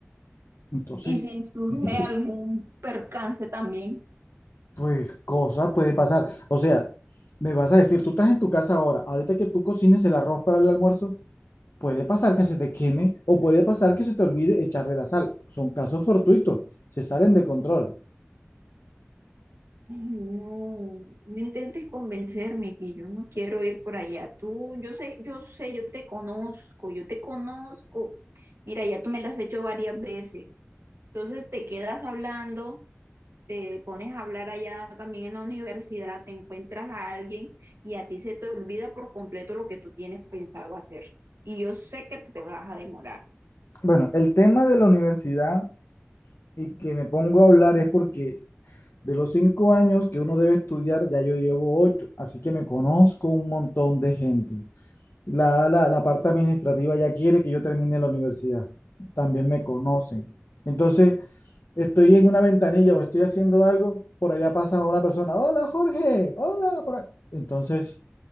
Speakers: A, on the left; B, on the right.
A: Entonces,
B: Y si surge
A: me dice,
B: algún percance también.
A: pues cosa puede pasar. O sea, me vas a decir, tú estás en tu casa ahora, ahorita que tú cocines el arroz para el almuerzo. Puede pasar que se te queme o puede pasar que se te olvide echarle la sal. Son casos fortuitos, se salen de control.
B: No, no intentes convencerme que yo no quiero ir por allá. Tú, yo sé, yo sé, yo te conozco, yo te conozco. Mira, ya tú me las has hecho varias veces. Entonces te quedas hablando, te pones a hablar allá también en la universidad, te encuentras a alguien y a ti se te olvida por completo lo que tú tienes pensado hacer. Y yo sé que te vas a demorar.
A: Bueno, el tema de la universidad y que me pongo a hablar es porque de los cinco años que uno debe estudiar, ya yo llevo ocho, así que me conozco un montón de gente. La, la, la parte administrativa ya quiere que yo termine la universidad, también me conocen. Entonces, estoy en una ventanilla o estoy haciendo algo, por allá pasa una persona, hola Jorge, hola, por ahí". Entonces...